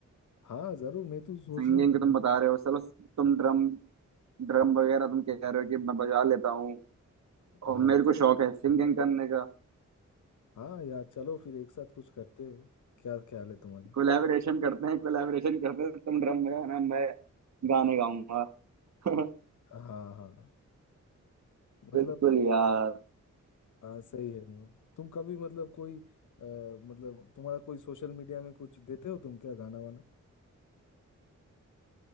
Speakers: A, on the left; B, on the right.
A: हाँ जरूर मैं तो सोच
B: सिंगिंग
A: रहा था
B: तुम
A: मतलब
B: बता रहे हो चलो तुम ड्रम ड्रम वगैरह तुम कह रहे हो कि मैं बजा लेता हूँ
A: हाँ
B: और मेरे को शौक है सिंगिंग करने का
A: हाँ यार चलो फिर एक साथ कुछ करते हैं क्या ख्याल है तुम्हारा
B: कोलैबोरेशन करते हैं कोलैबोरेशन करते हैं तुम ड्रम बजाना मैं गाने गाऊंगा <laughs>
A: हाँ हाँ मतलब
B: बिल्कुल यार
A: हाँ सही है वो। तुम कभी मतलब कोई अ, मतलब तुम्हारा कोई सोशल मीडिया में कुछ देते हो तुम क्या गाना वाना